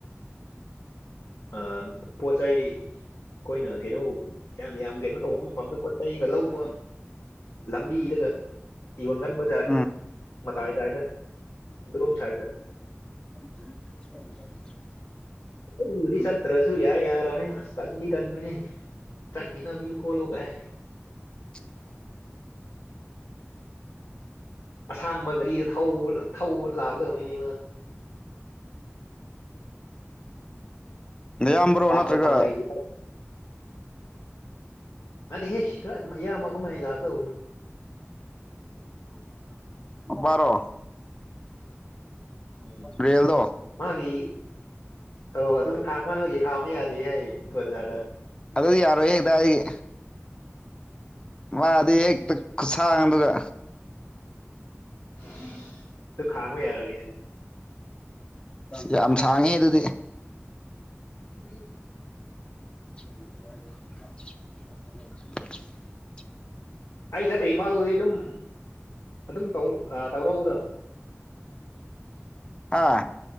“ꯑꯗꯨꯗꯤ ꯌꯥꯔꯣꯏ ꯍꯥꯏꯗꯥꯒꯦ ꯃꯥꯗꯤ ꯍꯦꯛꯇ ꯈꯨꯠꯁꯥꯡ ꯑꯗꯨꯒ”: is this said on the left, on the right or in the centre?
Left